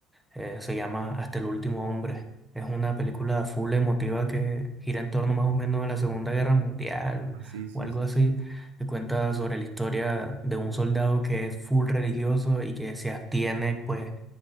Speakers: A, in the centre; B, on the right.
A: Eh, se llama Hasta el último hombre. Es una película full emotiva que gira en torno más o menos a la Segunda Guerra Mundial
B: Ah, sí, sí,
A: o algo
B: sí.
A: así, que cuenta sobre la historia de un soldado que es full religioso y que se abstiene, pues